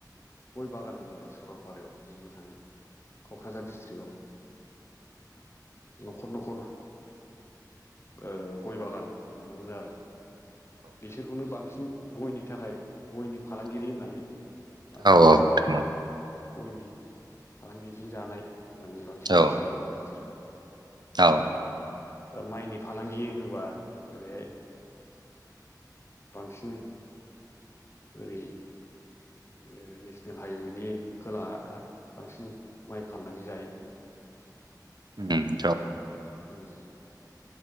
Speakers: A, on the left; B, on the right.
A: गय बागान होनोब्ला सरलपारायाव नुनो थाङो। क'क्राझार डिस्ट्रिक्टआव। न'खर न'खर ओ गय बागान नुनो मोनो आरो। बिसोरखौनो बांसिन गयनि थाखाय गयनि फालांगिरि होननानै बांसिन
B: औ औ
A: गयनि फालांगिजों जानाय होननानै बांसिन
B: औ
A: मोनथिनोबो हागोन बिसोरखौ।
B: औ
A: दा माइनि फालांगि होनोबा ओरैहाय बांसिन ओरै ओ नेसनेल हाइवेनि खोलाहा बांसिन माइ फाननानै जायो
B: ओम ज'
A: उम